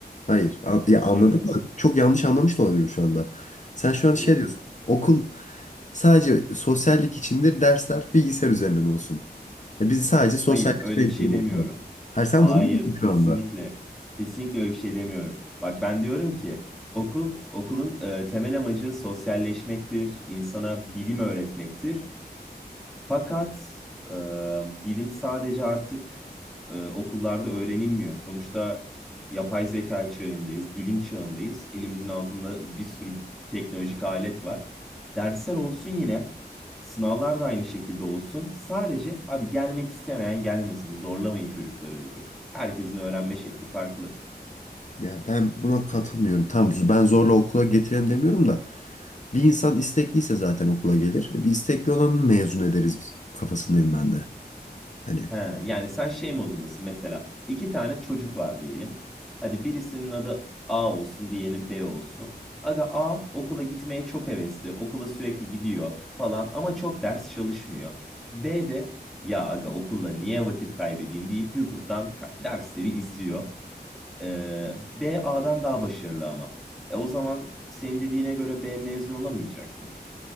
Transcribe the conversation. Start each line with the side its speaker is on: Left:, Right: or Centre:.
Left: Hayır. An- ya anladım
Centre: Evet,
Left: da çok yanlış anlamış da olabilirim şu anda. Sen şu
Centre: olabilir.
Left: an şey diyorsun. Okul sadece sosyallik içindir. Dersler bilgisayar üzerinden olsun. Ya biz sadece sosyalleşmeye
Centre: Hayır, öyle bir
Left: gidelim
Centre: şey demiyorum.
Left: okula. Hayır sen
Centre: Hayır,
Left: bunu diyorsun
Centre: kesinlikle.
Left: şu anda.
Centre: Kesinlikle öyle bir şey demiyorum. Bak ben diyorum ki okul okulun e, temel amacı sosyalleşmektir, insana bilim öğretmektir. Fakat e, bilim sadece artık e, okullarda öğrenilmiyor. Sonuçta yapay zeka çağındayız, bilim çağındayız. Elimizin altında bir sürü teknolojik alet var. Dersler olsun yine, sınavlar da aynı şekilde olsun. Sadece abi gelmek istemeyen gelmesin, zorlamayın çocukları diyorum. Herkesin öğrenme şekli farklı.
Left: Ya ben buna katılmıyorum. Tamam ben zorla okula getirelim demiyorum da bir insan istekliyse zaten okula gelir. E, Bir istekli olanı mezun ederiz biz. kafasındayım ben de. Hani
Centre: He, yani sen şey modundasın mesela iki tane çocuk var diyelim. Hadi birisinin adı A olsun diğerinin B olsun. Aga A okula gitmeye çok hevesli okula sürekli gidiyor falan ama çok ders çalışmıyor. B de ya aga okulla niye vakit kaybedeyim deyip YouTube'dan ka- dersleri izliyor. Ee, B A'dan daha başarılı ama. E o zaman senin dediğine göre B mezun olamayacak mı?